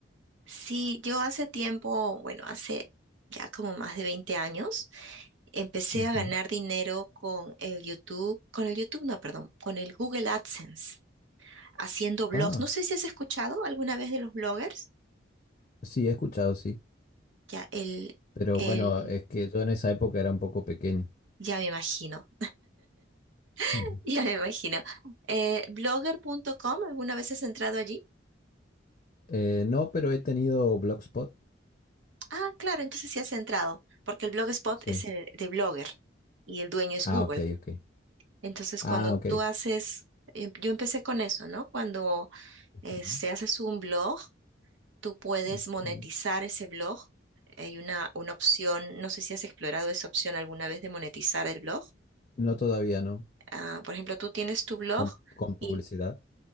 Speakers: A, on the right (about 80°); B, on the left (about 40°).
A: Sí, yo hace tiempo, bueno, hace ya como más de 20 años, empecé
B: Ujú.
A: a ganar dinero con el YouTube, con el YouTube, no, perdón, con el Google AdSense, haciendo blogs.
B: Ah,
A: No sé si has escuchado alguna vez de los bloggers.
B: sí, he escuchado, sí.
A: Ya, el,
B: Pero
A: el,
B: bueno, es que yo en esa época era un poco pequeño.
A: ya me imagino,
B: Ujú.
A: <laughs> ya me imagino. Eh, blogger punto com, ¿alguna vez has entrado allí?
B: Eh, no, pero he tenido Blogspot.
A: Ah, claro, entonces sí has entrado, porque el Blogspot
B: Sí.
A: es el de Blogger y el dueño es
B: Ah,
A: Google.
B: ok, ok.
A: Entonces,
B: Ah,
A: cuando
B: ok.
A: tú haces, em- yo empecé con eso, ¿no? Cuando
B: Ujú.
A: eh, se haces un blog, tú puedes
B: Ujú.
A: monetizar ese blog. Hay una, una opción, no sé si has explorado esa opción alguna vez de monetizar el blog.
B: No todavía, ¿no?
A: Ah, por ejemplo, tú tienes tu blog.
B: Con, con publicidad.
A: y